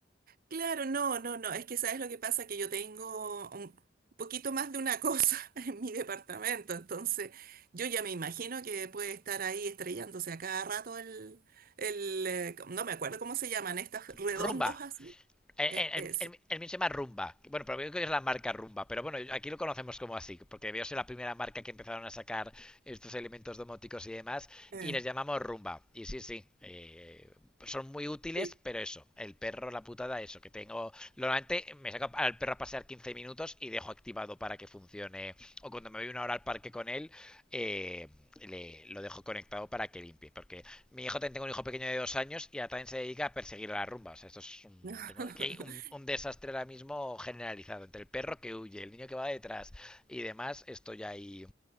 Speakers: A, on the right; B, in the centre.
A: Claro, no, no, no, es que sabes lo que pasa, que yo tengo un poquito más de una cosa <laughs> en mi departamento, entonces yo ya me imagino que puede estar ahí estrellándose a cada rato el, el, eh, no me acuerdo cómo se llaman, estas redondos
B: Rumba.
A: así,
B: El,
A: eh, eso,
B: el, el mío se llama Rumba. Bueno, pero creo que es la marca Rumba. Pero bueno, aquí lo conocemos como así, porque debió ser la primera marca que empezaron a sacar estos elementos domóticos y demás.
A: eh,
B: Y les llamamos Rumba. Y sí, sí, eh, son muy útiles,
A: sí.
B: pero eso, el perro, la putada, eso, que tengo. Normalmente me saco al perro para pasear 15 minutos y dejo activado para que funcione. O cuando me voy una hora al parque con él, eh, le, lo dejo conectado para que limpie. Porque mi hijo también tengo un hijo pequeño de dos años y ahora también se dedica a perseguir a la rumba. O sea, esto es un,
A: <laughs>
B: tengo aquí un, un desastre ahora mismo generalizado. Entre el perro que huye, el niño que va detrás y demás, esto ya hay